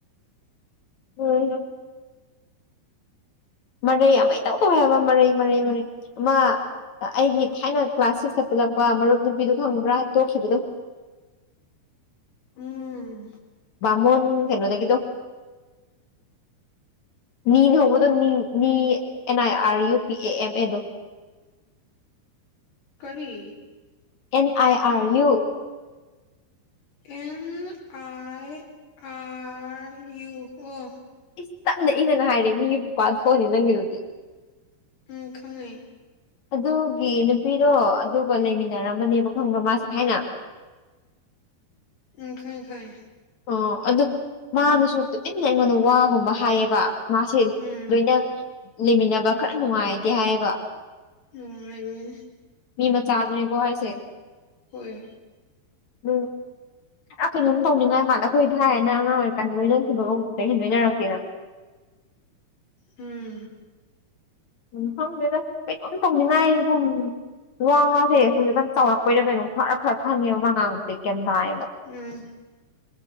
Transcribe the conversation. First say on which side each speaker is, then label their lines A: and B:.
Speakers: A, on the left; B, on the left.
A: ꯍ ꯍ ꯃꯔꯩ ꯑꯃ ꯏꯇꯧ ꯇꯧꯋꯦ ꯍꯥꯏꯕ ꯃꯔꯩ ꯃꯔꯩ ꯃꯔꯩ ꯑꯃꯥ ꯑꯩꯒꯤ ꯊꯥꯏꯅ ꯀ꯭ꯂꯥꯁ ꯁꯤꯁꯇ ꯄꯨꯜꯂꯛꯄ ꯃꯔꯨꯞ ꯅꯨꯄꯤꯗꯣ ꯇꯪꯕ꯭ꯔꯥ ꯇꯣꯛꯈꯤꯕꯗꯣ
B: ꯎꯝ
A: ꯃꯨꯟ ꯀꯩꯅꯣꯗꯒꯗꯣ
B: <unintelligible> <inaudible>
A: ꯅꯤꯅ ꯍꯣꯡꯧꯕꯗꯣ ꯅꯤ N I R U P A M ꯑꯦꯗꯣ
B: ꯀꯔꯤ
A: N I R U
B: N I R U ꯑꯣ
A: ꯏꯁ ꯇꯞꯅ ꯏꯅꯅ ꯍꯥꯏꯔꯦ ꯃꯤꯒꯤ <unintelligible> ꯅꯪꯒꯤꯗꯨꯗꯤ
B: ꯎꯝ ꯈꯪꯉꯦ
A: ꯑꯗꯨꯒꯤ ꯅꯨꯄꯤꯗꯣ ꯑꯗꯨꯒ ꯂꯩꯃꯤꯟꯅꯔꯝꯃꯅꯦꯕ ꯈꯪꯕ ꯃꯥꯁꯦ ꯍꯥꯏꯅ
B: ꯎꯝ ꯈꯔ ꯈꯣꯏ
A: ꯑꯣ ꯑꯗꯨ ꯃꯥꯗꯨꯁꯨ ꯇꯨꯃꯤꯟꯅ ꯑꯩꯉꯣꯟꯗ ꯋꯥꯒꯨꯝꯕ ꯍꯥꯏꯌꯦꯕ ꯃꯥꯁꯦ
B: ꯎꯝ
A: ꯂꯣꯏꯅ ꯂꯩꯃꯤꯟꯅꯕ ꯈꯔ ꯅꯨꯡꯉꯥꯏꯗꯦ ꯍꯥꯏꯌꯦꯕ
B: ꯑꯣꯔꯣꯏ
A: ꯃꯤ ꯃꯆꯥꯗꯨꯅꯦꯀꯣ ꯍꯥꯏꯁꯦ
B: ꯍꯣꯏ
A: ꯎꯝ <unintelligible> ꯑ ꯀꯩꯅꯣꯝ ꯇꯧꯅꯤꯡꯉꯥꯏ ꯃꯥꯢ ꯑꯈꯣꯏꯗꯤ ꯍꯥꯏ ꯍꯥꯢꯅ ꯑꯉꯥꯡ ꯑꯣꯏꯔꯤ ꯀꯥꯟ ꯂꯣꯏꯅꯈꯤꯕꯒꯨꯝ ꯑꯗꯨꯗꯩ ꯍꯦꯟꯅ ꯂꯣꯏꯅꯔꯛꯇꯦꯅ
B: ꯎꯝ
A: ꯎꯝ ꯈꯪꯗꯦꯗ ꯀꯩꯅꯣꯝ ꯇꯧꯅꯤꯡꯉꯥꯏꯒꯨꯝ ꯋꯥꯁꯦ ꯍꯧꯖꯤꯛꯀꯥꯟ ꯆꯥꯎꯔꯛꯄꯩꯔ ꯀꯩꯅꯣ ꯈꯔ ꯈꯔ ꯈꯪꯉꯦꯕ ꯃꯥ ꯉꯥꯡꯕꯁꯦ ꯒ꯭ꯌꯥꯟ ꯇꯥꯢꯌꯦꯕ
B: ꯎꯝ